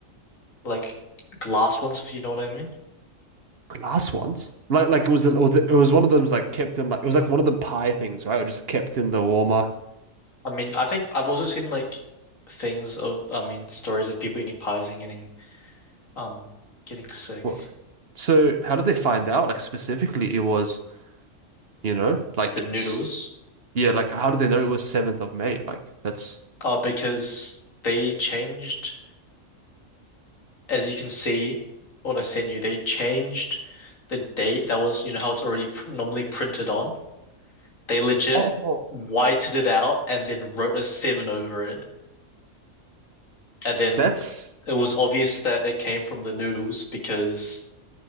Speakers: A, on the left; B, on the right.
A: like glass ones, if you know what I mean.
B: glass ones. Like like it was an, it was one of them's like kept in like it was like one of the pie things, right? It was just kept in the warmer.
A: I mean, I think I've also seen like things of, I mean, stories of people eating pies and getting um getting sick.
B: What? So how did they find out? Like specifically, it was you know like
A: The noodles,
B: s- yeah, like how did they know it was seventh of May? Like that's
A: uh, because they changed, as you can see, what I sent you, they changed the date that was, you know, how it's already pr normally printed on. They legit
B: oh
A: whited it out and then wrote a seven over it, and then
B: that's
A: it was obvious that it came from the noodles because